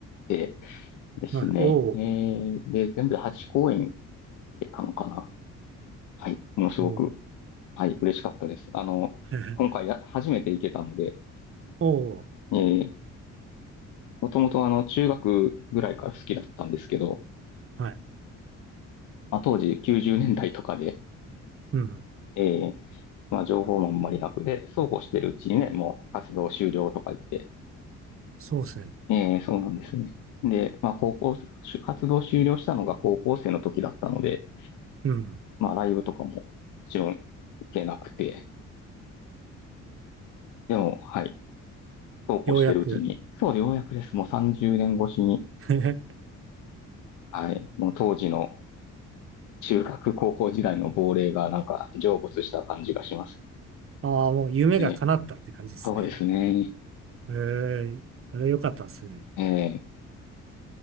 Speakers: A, on the left; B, on the right.
A: てですね。
B: はい。おー、
A: ええ、で、全部で8公演行けたのかな。はい。ものすごく、
B: おー、
A: はい、嬉しかったです。あの、
B: <laughs>
A: 今回や、初めて行けたので、
B: おー、
A: ええ、もともとあの、中学ぐらいから好きだったんですけど、
B: はい。
A: まあ、当時90年代とかで、
B: うん。
A: ええまあ、情報もあんまり楽で、そうこうしてるうちにね、もう活動終了とか言って、
B: そうですね。
A: ええそうなんですね。で、まあ、高校、活動終了したのが高校生の時だったので、
B: うん。
A: まあ、ライブとかももちろん受けなくて、でも、はい、そうこうしてるうちに、
B: ようやく。
A: そう、ようやくです。もう30年越しに、
B: <laughs>
A: はい、もう当時の中学高校時代の亡霊がなんか成仏した感じがします。
B: ああ、もう夢が叶ったって感じですね。
A: ええそうですね。
B: ええ、それ良かったですね。
A: ええ